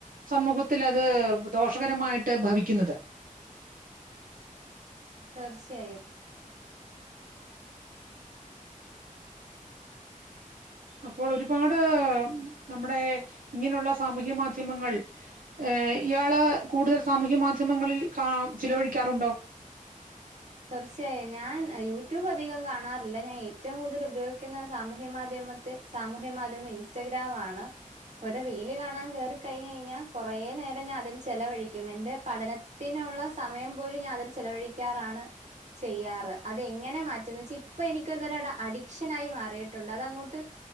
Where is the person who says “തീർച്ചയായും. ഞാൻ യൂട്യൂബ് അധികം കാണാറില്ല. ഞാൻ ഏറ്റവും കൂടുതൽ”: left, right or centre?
Right